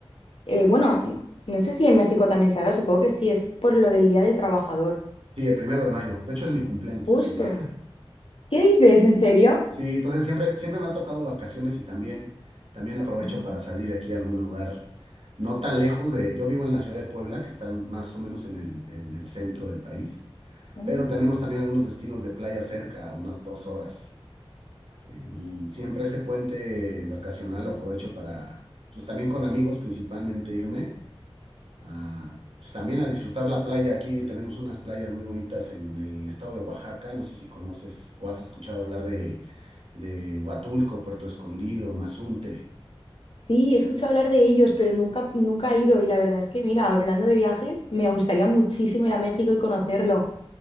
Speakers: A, on the left (about 65°); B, on the right (about 70°).
A: eh, bueno, no sé si en México también se hará, supongo que sí, es por lo del Día del Trabajador,
B: Sí, el primero de mayo. De hecho, es mi cumpleaños
A: justo.
B: ese día.
A: ¿Qué dices? ¿En serio?
B: Sí, entonces siempre, siempre me ha tocado vacaciones y también, también aprovecho
A: Anda,
B: para salir aquí a algún lugar no tan lejos de, yo vivo en la ciudad de Puebla, que está más o menos en el, en el centro del país,
A: mm.
B: pero tenemos también algunos destinos de playa cerca, a unas dos horas. Eh, y siempre ese puente vacacional lo aprovecho para, pues también con amigos principalmente irme a, pues también a disfrutar la playa. Aquí tenemos unas playas muy bonitas en el estado de Oaxaca. No sé si conoces o has escuchado hablar de, de Huatulco, Puerto Escondido, Mazunte.
A: Sí, he escuchado hablar de ellos, pero nunca, nunca he ido. Y la verdad es que, mira, hablando de viajes, me gustaría muchísimo ir a México y conocerlo,